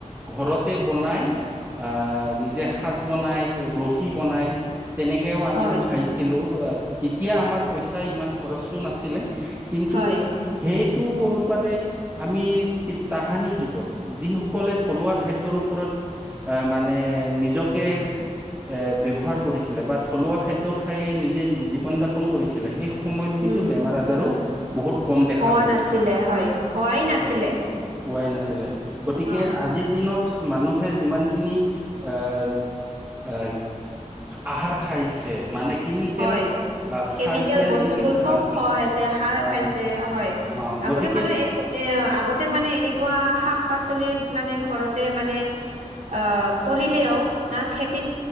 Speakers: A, on the right (about 15°); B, on the right (about 85°).
A: ঘৰতে বনাই আহ নিজে সাজ বনাই ৰহি বনাই তেনেকেও আমি
B: হয়
A: খাইছিলোঁ তেতিয়া আমাৰ পইচা ইমান খৰচো নাছিলে কিন্তু
B: হয়
A: সেইটো অনুপাতে আমি তাহানি যুগত যি সকলে থলুৱা খাদ্যৰ ওপৰত মানে নিজক
B: উ
A: এ ব্যৱহাৰ কৰিছিলে বা থলুৱা খাদ্য খাই নিজে জীৱন যাপন কৰিছিলে সেই সময়ত
B: উম,
A: কিন্তু বেমাৰ আজাৰো বহুত কম দেখা
B: হোৱা
A: গৈছিলে
B: নাছিলে হয়, হোৱাই নাছিলে
A: উ হোৱাই নাছিলে গতিকে
B: অ',
A: আজিৰ দিনত মানুহে যিমানখিনি এ অ আহাৰ খাইছে মানে কেমিকেল
B: হয়
A: আহ
B: কেমিকেল
A: সাৰ দিয়া
B: বস্তুবোৰ
A: যি আহ
B: চব
A: কি
B: খোৱা হৈছে সাৰ
A: আহ
B: খাইছে হয়
A: অ
B: আগতে
A: গতিকে
B: মানে এক এ আগতে মানে এনেকোৱা শাক পাচলিত মানে ঘৰতে মানে আহ কৰিলেও না খেতি